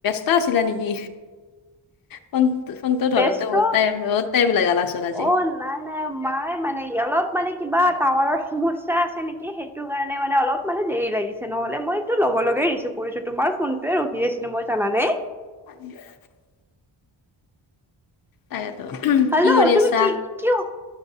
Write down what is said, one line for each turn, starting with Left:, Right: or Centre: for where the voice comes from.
Left: টা আছিলা নেকি? ফন ফোনটো ধৰোতে
Centre: ব্যস্ত
Left: বহুতাইম বহুত টাইম লাগালাচোন আজি।
Centre: অ' নাই নাই মায়ে মানে অলপ মানে কিবা টাৱাৰৰ সমস্যা আছে নেকি? সেই- টো কাৰণে মানে অলপ মানে দেৰি লাগিছে, নহ'লে মইটো লগে লগে ৰিচিভ কৰিছো তোমাৰ ফোনটোৱে ৰখি আছি- লো মই জানানে?
Left: <unintelligible> তাকেটো, কি
Centre: হেল্ল'
Left: কৰি
Centre: তুমি
Left: আছা?
Centre: কি কিয়?